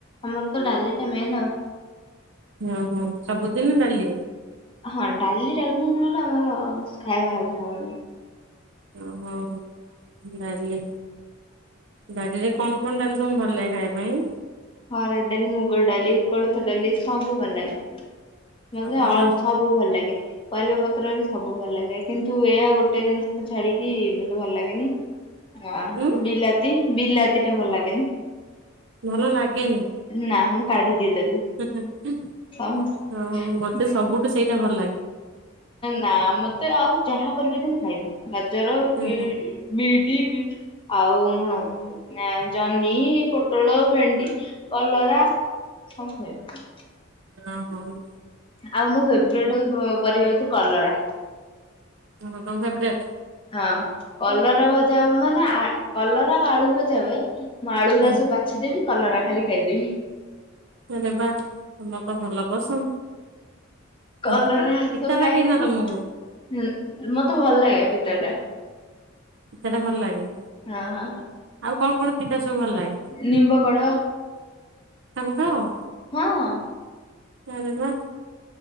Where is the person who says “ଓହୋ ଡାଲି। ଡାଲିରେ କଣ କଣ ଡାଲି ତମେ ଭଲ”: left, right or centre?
Right